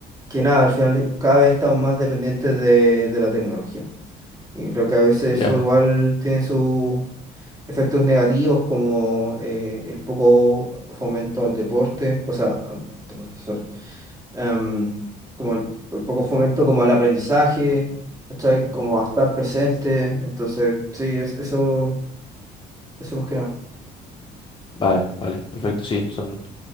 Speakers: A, on the right; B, on the left.
A: que nada, al final cada vez estamos más dependientes de, de la tecnología. Y creo que a veces
B: Ya,
A: eso igual tiene sus efectos negativos como eh, el poco fomento al deporte, o sea, al deporte, sorry, em, como el, el poco fomento como al aprendizaje, ¿cachai? Como a estar presente. Entonces, sí, es- eso, eso más que nada.
B: vale, vale, perfecto,
A: Mm,
B: sí, son